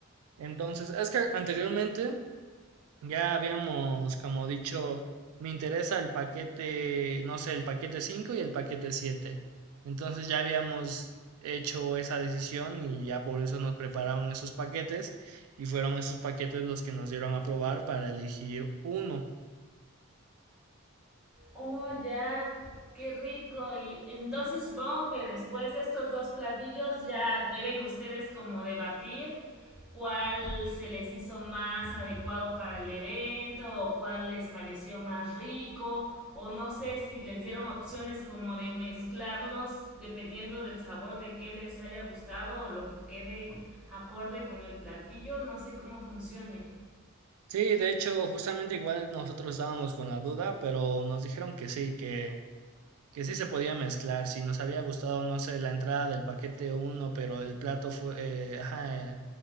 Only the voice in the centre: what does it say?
Oh, ya. Qué rico. Y entonces supongo que después de estos dos platillos ya deben ustedes como debatir cuál se les hizo más adecuado para el evento o cuál les pareció más rico o no sé si les dieron opciones como de mezclarlos dependiendo del sabor de qué les haya gustado o lo que quede acorde con el platillo, no sé cómo funcione.